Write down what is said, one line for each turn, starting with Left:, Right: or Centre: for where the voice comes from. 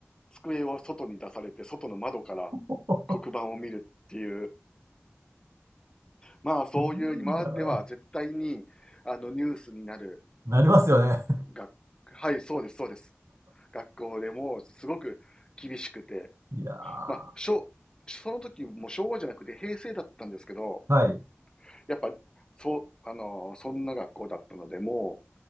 Left: 机を外に出されて、外の窓から
Right: <laughs>
Left: 黒板を見るっていう、まあ、
Right: すごいな。
Left: そういう今までは絶対に、あの、ニュースになる、
Right: なりますよね。
Left: が、はい、そうです、そうです。学校でもすごく厳しくて、
Right: <laughs> いやー、
Left: まあ、昭その時も昭和じゃなくて平成だったんですけど、
Right: はい。
Left: やっぱ、そう、あの、そんな学校だったので、も